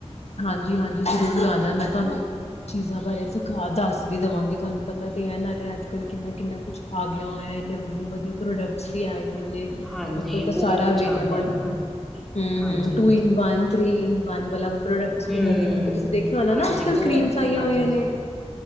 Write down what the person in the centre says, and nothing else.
ਹਾਂਜੀ
ਬਹੁਤ ਕੁਛ
ਗਿਆ
ਹਾਂਜੀ
ਹਾਂਜੀ
ਹਾਂਜੀ
ਹਮ।
ਹਾਂਜੀ
ਬਹੁਤ
ਹਾਂਜੀ